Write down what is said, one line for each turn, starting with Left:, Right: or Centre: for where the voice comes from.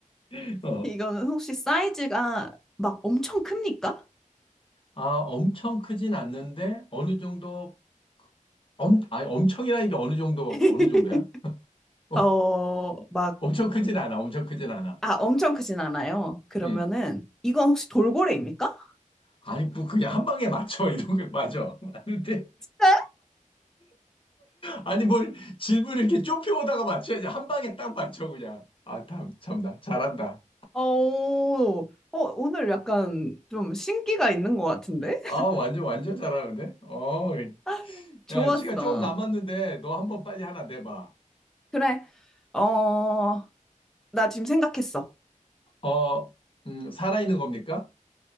Left: <laughs> 어.
Centre: 이거는 혹시 사이즈가 막 엄청 큽니까?
Left: 아, 엄청 크진 않는데 어느 정도 엄, 아, 엄청이라 이게 어느 정도
Centre: <laughs>
Left: 어느 정도야? <laughs>
Centre: 어, 막,
Left: 엄청 크진 않아. 엄청 크진 않아.
Centre: 아, 엄청 크진 않아요. 그러면은
Left: 응.
Centre: 이건 혹시 돌고래입니까?
Left: 아니 뭐 그냥 한 방에 맞춰 <laughs> 이런 거 맞아. <laughs> 맞는데
Centre: 네?
Left: 아니 뭘 질문을 이렇게 좁혀 오다가 맞춰야지 한 방에 딱 맞춰 그냥. 아, 참 참나 잘한다.
Centre: 어, 어, 오늘 약간 좀 신기가 있는 것 같은데?
Left: 아, 완전 완전 잘하는데. 어,
Centre: <laughs> 좋았어.
Left: 야 시간 조금 남았는데 너 한번 빨리 하나 내봐.
Centre: 그래. 어, 나 지금 생각했어.
Left: 어, 음, 살아있는 겁니까?